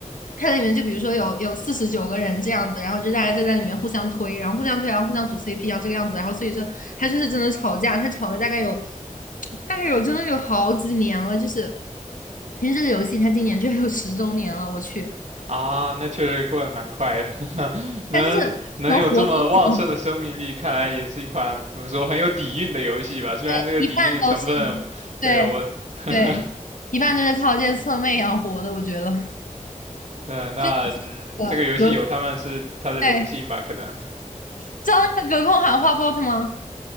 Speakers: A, on the left; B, on the right.
A: 它里面就比如说有有四十九个人这样子，然后就大家在在里面互相推，然后互相推，然后互相组 CP，然后这个样子，然后所以说它就是真的吵架，它吵了大概有大概有真的有好几年了，就是因为这个游戏它今年居然有十周年了，我去，
B: 啊，那确实过得蛮快的，<laughs> 能能有这么旺盛的生命力，
A: 它就是能活这么久。
B: 看来也是一款怎么说很有底蕴的游戏吧。虽然这个底蕴的成分，
A: 对，一半都是，
B: 对我，
A: 对对，
B: <laughs>
A: 一半都是靠这些侧妹养活的，我觉得。
B: 嗯，呃那嗯，
A: 这个隔，
B: 这个游戏有他们是他的荣幸吧，
A: 对，
B: 可能。
A: 知道那个隔空喊话 bot 吗？